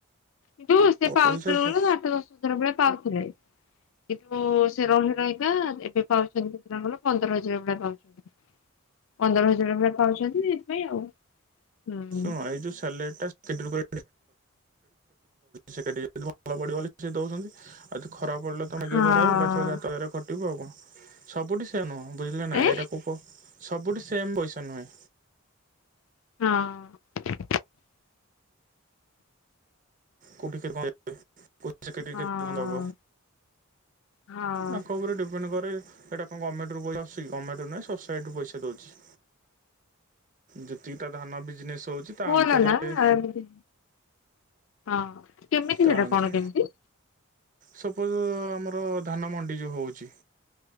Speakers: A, on the left; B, on the right.
A: କିନ୍ତୁ ସେ ପାଉଥିଲେ
B: ପଇସା ହୁଁ
A: ବେଳେ ଆଠ ଦଶଥର ବେଳେ ପାଉଥିଲେ। କିନ୍ତୁ ସେ ରହି ରହି ଏବେ ପାଉଛନ୍ତି କେତେ ଟଙ୍କର ପନ୍ଦର ହଜାର ଭଳିଆ ପାଉଛନ୍ତି ପନ୍ଦର ହଜାର ଭଳିଆ ପାଉଛନ୍ତି ସେଥିପାଇଁ ଆଉ ହୁଁ।
B: ଶୁଣୁ ଏଜଉ ସାଲାରିଟା <inaudible> କେତେ କଉ ସେ ଯି ଭଲ ପଡ଼ିବ ସେ ଦଉଛନ୍ତି ଆଉ ଖରାପ ପଡ଼ିଲ ତମେିକଏ
A: ହଁ
B: ଖରାପ ଗାଛଅ ସାତ ହଜାର ଖଟିବ ଆଉକଣ। ସବୁଠି ସେ ୟା ନୁହଁ। ବୁଝିଲେ ନା
A: ଏ
B: ଏଇଟା କୁ କ- ସବୁଠୁ ସେମ୍ ପଇସା ନୁହେଁ।
A: ହଁ
B: କୋଟିକର କଣ <inaudible> ପଇସା <unintelligible> କିି
A: ହଁ
B: କେତେ କଣ ଦେବ
A: ହଁ।
B: ତାଙ୍କ ଉପରେ ଡିପେଣ୍ଡ କରେ। ଏଇଟା କଣ ଗମେଟୋରୁୁସଛି ଗମେଟୋ ନୁହଁ ସୋସାଇଟିୁ ପଇସା ଦଉଛି। ଯେତିକି ତା ଧାନ ବିଜନେସ୍ ହଉଛି ତା
A: ଭଲ
B: ଅନୁସାରେ
A: ନା ଏମିତି ହଁ କେମିତି
B: ତା
A: ସେଟା
B: ଅନୁସାରେ
A: କଣ କେମିତି
B: ସପୋଜ ଆମର ଧାନ ମଣ୍ଡି ଯେଉଁ ହେଉଛି।